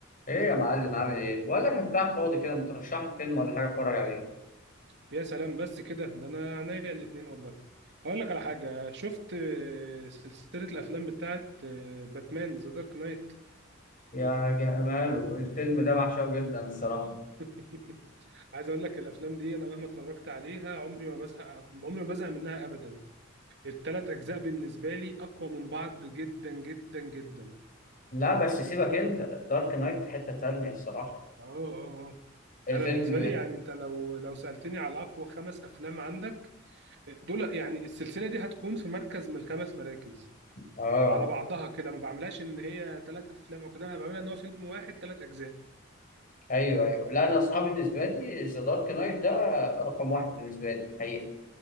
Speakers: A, on the left (about 45°); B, on the right (about 60°).
A: ايه يا معلم عامل ايه؟ بقول لك انت قاعد فاضي كده ما ترشح لي فيلم ولا حاجه اتفرج عليه
B: يا سلام بس كده ده انا عينيا الاتنين والله اقول لك على حاجه شفت آه، سلسله الافلام بتاعت آه، باتمان ذا دارك نايت
A: يا جماله الفيلم ده بعشقه جدا الصراحه
B: <laughs> عايز اقول لك الافلام دي انا مهما اتفرجت عليها عمري ما بزهق عمري ما بزهق منها ابدا الثلاث اجزاء بالنسبه لي اقوى من بعض جدا جدا جدا
A: لا بس سيبك انت دارك نايت في حته تانية الصراحه
B: اه اه اه
A: الفيلم
B: انا بالنسبه لي يعني انت لو لو سالتني على اقوى خمس افلام عندك دول يعني السلسله دي هتكون في مركز من الخمس مراكز
A: اه
B: على بعضها كده ما بعملهاش ان هي ثلاث افلام او كده انا بعملها ان هو فيلم واحد ثلاث اجزاء
A: ايوه ايوه لا انا صعب بالنسبه لي ذا دارك نايت ده رقم واحد بالنسبه لي الحقيقه